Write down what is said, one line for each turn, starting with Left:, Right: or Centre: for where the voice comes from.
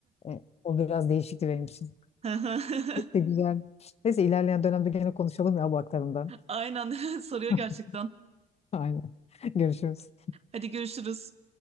Left: Ee, o biraz değişikti benim için.
Right: <laughs>
Left: İşte güzel. Neyse ilerleyen dönemde gene konuşalım ya bu aktarımdan.
Right: Aynen <laughs> soruyor
Left: <laughs>
Right: gerçekten.
Left: Aynen. Görüşürüz.
Right: Hadi görüşürüz.